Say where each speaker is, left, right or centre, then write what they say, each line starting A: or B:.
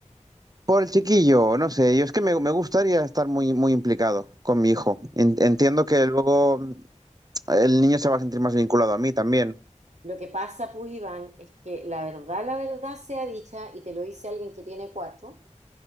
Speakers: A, on the right; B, on the right.
A: por el chiquillo, no sé, yo es que me, me gustaría estar muy, muy implicado con mi hijo. En- entiendo que luego el niño se va a sentir más vinculado a mí también.
B: Lo que pasa, pues, Iván, es que la verdad, la verdad sea dicha, y te lo dice alguien que tiene cuatro,